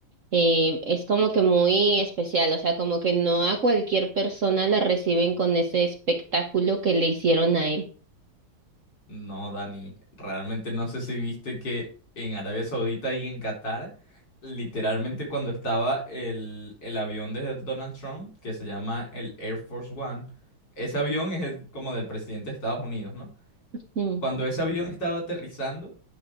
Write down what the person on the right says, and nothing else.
eh, es como que muy especial, o sea, como que no a cualquier persona la reciben con ese espectáculo que le hicieron a él.
Mm,